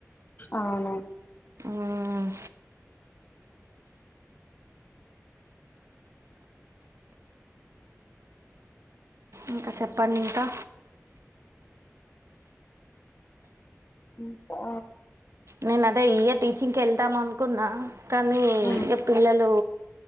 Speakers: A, on the left; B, on the right.
A: అవును
B: ఆ ఇంకా చెప్పండి ఇంకా
A: మ్మ్ పా
B: నేను అదే ఇయర్ టీచింగ్కి వెళ్దాం అనుకున్నా కానీ
A: ఉమ్
B: ఇక పిల్లలు